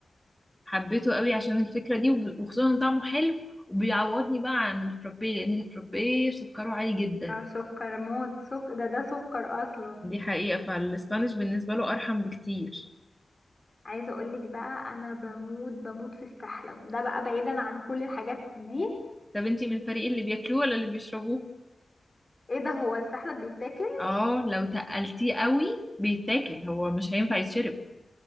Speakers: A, in the centre; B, on the left.
A: فحبيته قوي عشان الفكره دي وب- وخصوصا إن طعمه حلو وبيعوضني بقى عن الفرابيه لان الفرابيه سكره عالي جدا
B: اه سكر موت سكر ده ده سكر اصلا
A: دي حقيقه فالاسبانيش بالنسبه له ارحم بكتير
B: عايزه اقولك بقى انا بموت بموت في السحلب ده بقى بعيدا عن كل الحاجات دي
A: طب انتي من الفريق اللي بياكلوه ولا اللي بيشربوه
B: ايه ده هو السحلب بيتاكل
A: اه لو تقلتيه قوي بيتاكل هو مش هينفع يتشرب